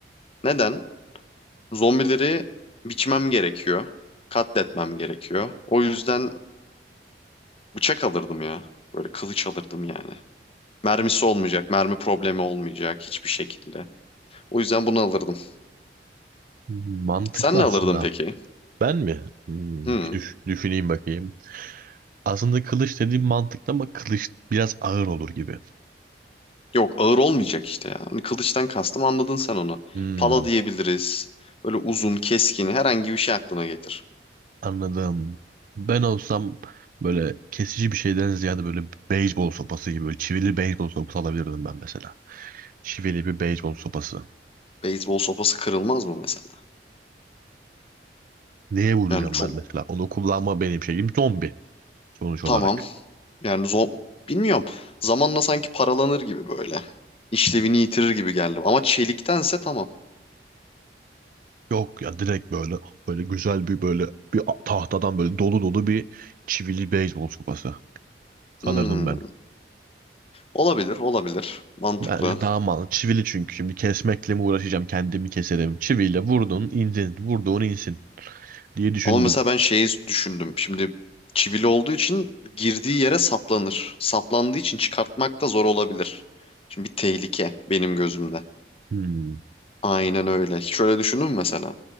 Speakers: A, on the left; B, on the right.
A: Neden? Zombileri biçmem gerekiyor. Katletmem gerekiyor. O yüzden bıçak alırdım ya. Böyle kılıç alırdım yani. Mermisi olmayacak, mermi problemi olmayacak hiçbir şekilde. O yüzden bunu alırdım.
B: Mantıklı
A: Sen ne
B: aslında
A: alırdın peki?
B: Ben mi? Hmm,
A: Hmm.
B: bir düş- düşüneyim bakayım. Aslında kılıç dediğim mantıklı ama kılıç biraz ağır olur gibi.
A: Yok ağır olmayacak işte ya. Hani kılıçtan kastım anladın sen onu.
B: Hmm,
A: Pala diyebiliriz. Böyle uzun, keskin herhangi bir şey aklına getir.
B: anladım. Ben olsam böyle kesici bir şeyden ziyade böyle beyzbol sopası gibi böyle çivili beyzbol sopası alabilirdim ben mesela. Çivili bir beyzbol sopası.
A: Beyzbol sopası kırılmaz mı mesela?
B: Neye vuracağım
A: Yani çok
B: ben mesela? Onu kullanma benim şeyim zombi sonuç olarak.
A: tamam Yani zor, bilmiyorum. Zamanla sanki paralanır gibi böyle. İşlevini yitirir gibi geldi. Ama çeliktense tamam.
B: Yok ya direkt böyle böyle güzel bir böyle bir tahtadan böyle dolu dolu bir çivili beyzbol sopası
A: Hmm,
B: alırdım ben.
A: olabilir, olabilir. Mantıklı.
B: Bence daha mal. Çivili çünkü. Şimdi kesmekle mi uğraşacağım? Kendimi keserim. Çiviyle vurdun, indin. Vurduğun insin diye düşündüm.
A: Ama mesela ben şeyi düşündüm. Şimdi çivili olduğu için girdiği yere saplanır. Saplandığı için çıkartmak da zor olabilir. Şimdi bir tehlike benim gözümde.
B: Hmm.
A: Aynen öyle. Hiç öyle düşündün mü mesela?